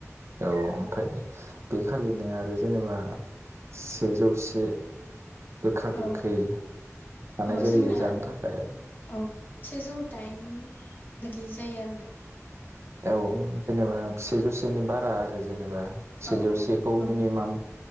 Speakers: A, on the right (about 55°); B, on the left (about 40°).
A: औ ओमफ्राय बेखालिनो आरो जेनेबा सेजौ से गोखा गोखै
B: औ
A: खानाय
B: औ
A: जायो
B: जोंना
A: जानो थाखाय
B: औ सेजौ दाइन बिदि जायो आरो ना।
A: औ जेनेबा सेेजौ सेनि बारा आरो जेनेबा। सेजौ
B: औ औ
A: सेखौ
B: नंगौ
A: मिनिमाम